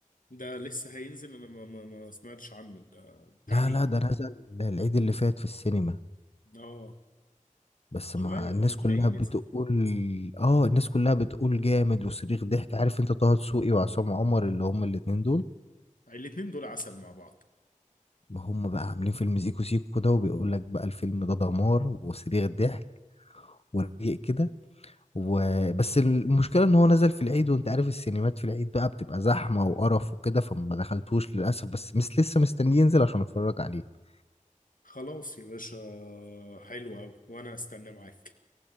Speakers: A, on the left (about 85°); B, on the left (about 50°).
A: ده لسه هينزل انا ما, ما, ما سمعتش عنه ده بتاع
B: لا
A: مين
B: لا ده نزل العيد اللي فات في السينما
A: اه
B: بس
A: شويه
B: مع الناس
A: وهتلاقيه
B: كلها
A: نزل
B: بتقول اه الناس كلها بتقول جامد وصريخ ضحك عارف انت طه دسوقي وعصام عمر اللي هم الاتنين دول
A: الاتنين دول عسل مع بعض
B: ما هم بقى عاملين فيلم سيكو سيكو ده وبيقول لك بقى الفيلم ده دمار وصريخ ضحك ورقيق كده و... بس المشكلة ان هو نزل في العيد وانت عارف السينمات في العيد بقى بتبقى زحمة وقرف وكده فما دخلتوش للأسف بس مس لسه مستني ينزل عشان اتفرج عليه
A: خلاص يا باشا حلو أوي وأنا أستنى معاك